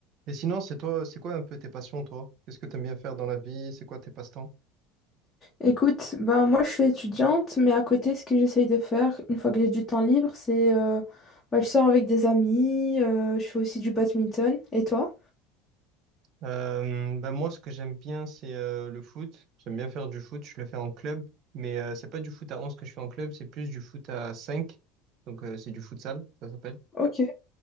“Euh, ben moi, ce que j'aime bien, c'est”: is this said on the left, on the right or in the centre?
Right